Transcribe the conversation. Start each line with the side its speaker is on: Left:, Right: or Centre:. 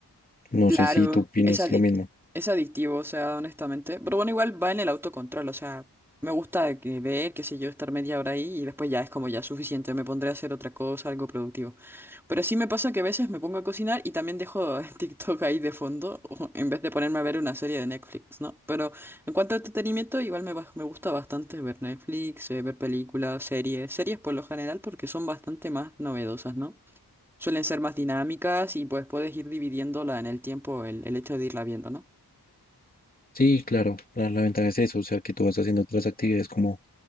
Left: No
Centre: Claro,
Left: sé si tú opinas
Centre: es adic-
Left: lo mismo.
Centre: es adictivo, o sea, honestamente. Pero bueno, igual va en el autocontrol, o sea, me gusta que ver, qué sé yo, estar media hora ahí y después ya es como ya suficiente, me pondré a hacer otra cosa, algo productivo. Pero sí me pasa que a veces me pongo a cocinar y también dejo <laughs> TikTok ahí de fondo <laughs> en vez de ponerme a ver una serie de Netflix, ¿no? Pero en cuanto a entretenimiento, igual me, bas- me gusta bastante ver Netflix, eh, ver películas, series, series por lo general porque son bastante más novedosas, ¿no? suelen ser más dinámicas y pues puedes ir dividiéndola en el tiempo, el, el hecho de irla viendo, ¿no?
Left: Sí, claro, la, la ventaja es eso, o sea, que tú vas haciendo otras actividades como